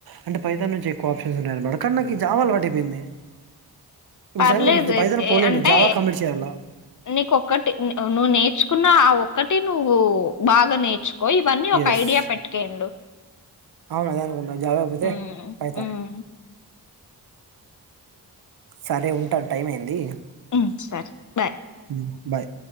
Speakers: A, on the right (about 60°); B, on the left (about 45°).
A: అంటే పైతాన్ నుంచి ఎక్కువ ఆప్షన్స్ ఉన్నాయ అన్నమాట కానీ నాకు జావా అలవాటు అయిపోయింది. ఇప్పుడు
B: పర్లేదు
A: సడన్గా పైథాన్ పోలేను
B: ఏ అంటే
A: జావా కంప్లీట్ చేయాలా
B: నీకొకటి నువ్వు నేర్చు కున్న ఆ ఒక్కటి నువ్వు బాగా నేర్చు కో ఇవన్నీ ఒక
A: ఎస్
B: ఐడియా పెట్టుకెళ్ళు
A: అవును అదే అనుకున్నా జావా కాకపోతే
B: ఊ
A: పైథాన్
B: ఉమ్
A: సరే ఉంటాను టైం అయింది
B: ఉమ్ సరే బాయ్
A: ఊ బాయ్